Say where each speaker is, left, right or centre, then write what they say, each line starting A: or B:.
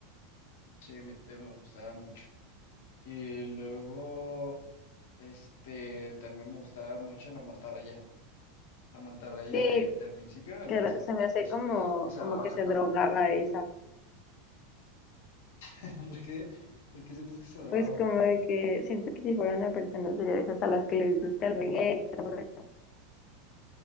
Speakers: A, on the left (about 70°); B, on the left (about 40°).
A: Sí, a mí también me gustaba mucho. Y luego, este, también me gustaba mucho la mantarraya, la mantarraya
B: Sí,
A: de, del principio, el
B: que
A: maestro,
B: lo- se me hace
A: que, se-
B: como,
A: que se
B: como
A: grababa
B: que
A: cantando.
B: se drogaba esas.
A: <laughs> ¿Por qué? ¿Por qué sientes que se grababa?
B: Pues como de que siento que si fuera una persona sería de esas a las que les gusta el reggae y todo eso.